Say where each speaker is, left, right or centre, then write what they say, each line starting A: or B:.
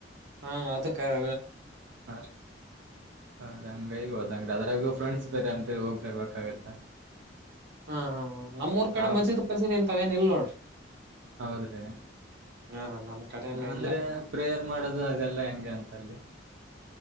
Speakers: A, on the right; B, on the right.
A: ಹಾ ಅದ ಕರೆ
B: ಹಾರೀ ಹಾ ರಿ ಹಂಗೈಗೆ ಹೋದಂಗ್ರೀ ಅದ್ರಾಗ ಫ್ರೆಂಡ್ಸ್ ಬೇರೆ ಅ ಹೋಗ್ಲೇಬೇಕಾಗತ್ತ.
A: ಹಾ ಹಾ ಹ ನಮ್ಮೂಊರ್
B: ಹ್ಮ್
A: ಕಡೆ
B: ನಾವ್
A: ಮಜೀದ್ ಪಜೀದ್ ಇಂತವೇಏನ್ ಇಲ್ ನೋಡ್ರಿ
B: ಹೌದ್ರಿ
A: ಹಾ ಕಡೆ ಎಲ್ಲ
B: ಅಂದ್ರೆ
A: ಇಲ್ಲ
B: ಪ್ರೇಯರ್ ಮಾಡದು ಅದೆಲ್ಲ ಹೆಂಗೆ ಅಂತ ಅಲ್ಲಿ.